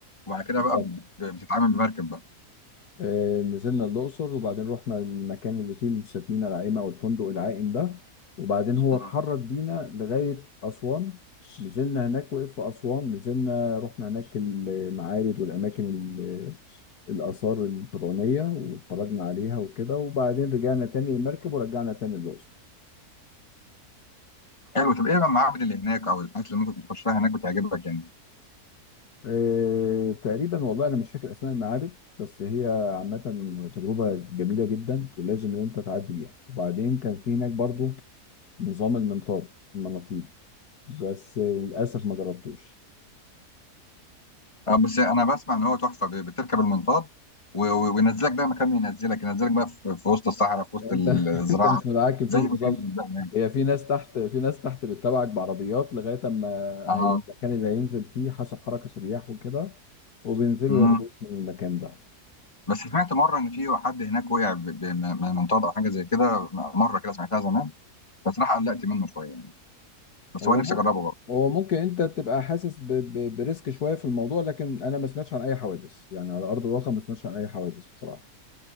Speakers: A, on the left; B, on the left.
A: وبعد كده
B: بالظبط
A: بقى بت- بتتعامل بمركب بقى
B: آه، نزلنا الأقصر وبعدين رحنا المكان اللي فيه السفينة العائمة أو الفندق العائم ده وبعدين هو
A: مم.
B: اتحرك بينا لغاية أسوان نزلنا هناك وقف في أسوان نزلنا رحنا هناك المعابد والأماكن ال- الآثار الفرعونية واتفرجنا عليها وكده وبعدين رجعنا تاني المركب ورجعنا تاني الأقصر
A: حلو طب ايه بقى المعابد اللي هناك او الحاجات اللي ممكن تخشها هناك بتعجبك يعني
B: آه، تقريبا والله أنا مش فاكر أسماء المعابد بس هي عامة تجربة جميلة جدا ولازم إن أنت تعدي بيها وبعدين كان في هناك برضو نظام المنطاد المناطيد بس للاسف ما جربتوش
A: اه بس انا بسمع ان هو تحفه ب- بتركب المنطاد و- و- وينزلك بقى مكان ما ينزلك ينزلك بقى في في وسط الصحراء في وسط
B: انت
A: الزراعه
B: <laughs> انت مش متحكم فيه
A: زي ما
B: بالظبط
A: كان بالظبط يعني
B: هي في ناس تحت في ناس تحت بتتابعك بعربيات لغايه اما
A: اه
B: هي- المكان اللي هينزل فيه حسب حركه الرياح وكده وبينزلوا
A: مم.
B: ياخدوك من المكان ده
A: بس سمعت مره ان في حد هناك وقع ب- ب- من من منطاد او حاجه زي كده مره كده سمعتها زمان بس راح قلقت منه شويه يعني بس
B: هو
A: هو نفسي
B: مو-
A: اجربه برضه
B: هو ممكن انت تبقى حاسس ب... ب... بريسك شويه في الموضوع لكن انا ما سمعتش عن اي حوادث يعني على ارض الواقع ما سمعتش عن اي حوادث بصراحه